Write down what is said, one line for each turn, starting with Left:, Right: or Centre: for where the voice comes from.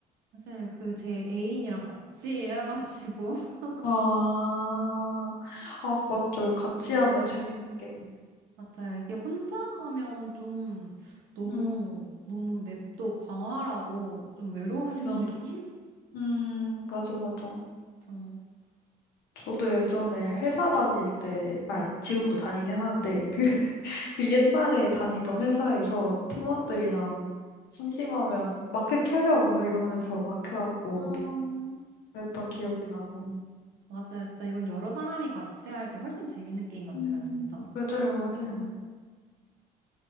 Right: 사실 그 제 애인이랑 같이 해가지고 <laughs>
Left: 아, 아, 맞죠. 같이 하면
Right: 네.
Left: 재밌는 게임.
Right: 맞아요. 이게 혼자 하면 좀 너무
Left: 음,
Right: 너무 맵도 광활하고 좀 외로워지는
Left: 맞아.
Right: <laughs> 느낌?
Left: 음, 맞아, 맞아.
Right: 저
Left: 저도 예전에 회사 다닐 때,
Right: 네.
Left: 아, 지금도 다니긴 하는데, 그, <laughs>
Right: 네.
Left: 그 옛날에 다니던 회사에서 팀원들이랑 심심하면 마크 켜요! 막 이러면서 마크하고
Right: 아,
Left: 그랬던 기억이 나네요.
Right: 맞아요. 진짜 이건 여러 사람이 같이 할 때 훨씬 재밌는 게임 같아요,
Left: 음,
Right: 진짜.
Left: 맞아요, 맞아요.
Right: 음,